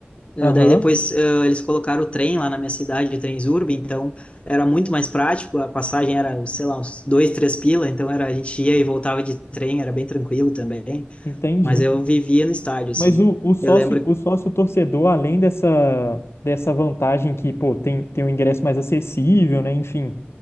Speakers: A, on the left; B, on the left.
A: Eh,
B: Aham.
A: Daí depois eh, eles colocaram o trem lá na minha cidade, Transurb, então era muito mais prático, a passagem era, sei lá, uns dois, três pila, então era, a gente ia e voltava de trem, era bem tranquilo também,
B: Entendi.
A: mas eu vivia no estádio, assim.
B: Mas o, o sócio,
A: Eu lembro,
B: o sócio torcedor, além dessa, dessa vantagem que, pô, tem, tem um ingresso mais acessível, né? Enfim,